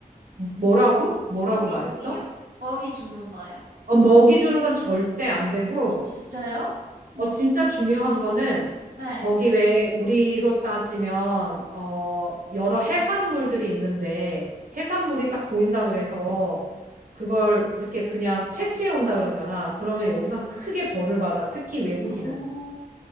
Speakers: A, on the right (about 60°); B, on the right (about 80°).
A: 뭐라고? 뭐라고
B: 먹이
A: 말했어?
B: 주기요. 먹이 주는 거예요.
A: 어, 먹이 주는 건 절대 안 되고
B: 어, 진짜요? 음,
A: 어, 진짜 중요한 거는
B: 네.
A: 거기 왜 우리로 따지면 어, 여러 해산물들이 있는데 해산물이 딱 보인다 그래서 그걸 이렇게 그냥 채취해 온다 그러잖아. 그러면 여기선 크게 벌을 받아. 특히 외국인은.
B: 어,